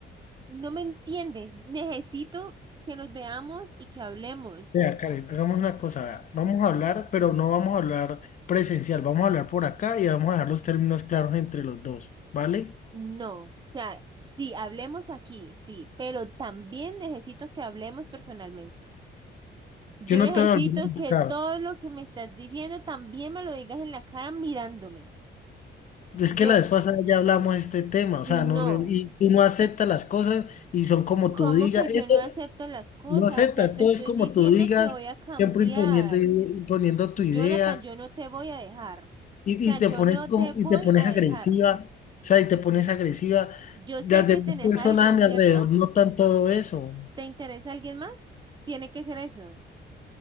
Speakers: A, on the right; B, on the left.
A: No me entienden. Necesito que nos veamos y que hablemos.
B: Vea, Karen, hagamos una cosa, vea. Vamos a hablar, pero no vamos a hablar presencial, vamos a hablar por acá y vamos a dejar los términos claros entre los dos, ¿vale?
A: No, o sea, sí, hablemos aquí, sí, pero también necesito que hablemos personalmente. Yo
B: Yo no
A: necesito
B: te voy a volver a buscar.
A: que todo lo que me estás diciendo también me lo digas en la cara mirándome.
B: Es
A: Yo,
B: que la vez pasada ya hablamos de este tema, o
A: no,
B: sea, no, re- y tú no aceptas las cosas y son como
A: ¿cómo
B: tú digas,
A: que yo
B: eso
A: no acepto las cosas?
B: no aceptas,
A: O sea, te
B: todo
A: estoy
B: es como
A: diciendo
B: tú digas,
A: que voy a cambiar.
B: siempre imponiendo, ide- imponiendo tu
A: Jonathan,
B: idea.
A: yo no te voy a dejar.
B: Y,
A: O sea,
B: y te
A: yo
B: pones
A: no
B: como,
A: te voy
B: y te pones
A: a
B: agresiva,
A: dejar.
B: o sea, y te pones agresiva.
A: Yo
B: Las
A: sé
B: demás
A: que tenés
B: personas
A: a alguien,
B: a mi
A: ¿cierto?
B: alrededor notan todo eso.
A: ¿Te interesa alguien más? Tiene que ser eso.